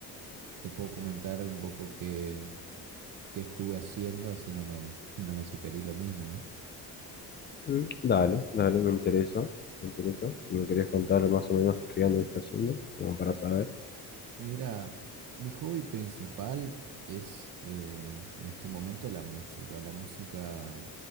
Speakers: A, on the right; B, on the left.
A: te puedo comentar un poco qué, qué estuve haciendo, así no me, no me sugerís lo mismo, ¿no?
B: Mm, Dale, dale, me interesa, me interesa. Si me querés contar más o menos qué anduviste haciendo, como para saber.
A: Mira, mi hobby principal es eh, en este momento la música. La música,